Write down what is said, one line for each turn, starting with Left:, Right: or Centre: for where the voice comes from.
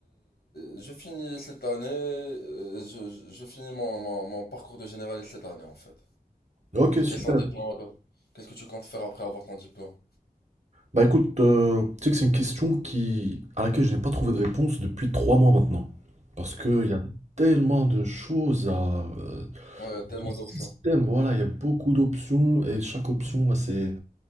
Left: je finis cette année, euh, je, je je finis mon, mon, mon parcours de généraliste cette année en fait.
Right: Ok, super.
Left: Quels sont tes plans, toi? Qu'est-ce que tu comptes faire après avoir ton diplôme?
Right: Bah écoute, euh, tu sais que c'est une question qui, à laquelle je n'ai pas trouvé de réponse depuis trois mois maintenant. Parce qu'il y a tellement de choses à... euh,
Left: Ouais, il y a tellement
Right: ce
Left: d'options.
Right: système, voilà, il y a beaucoup d'options et chaque option a ses,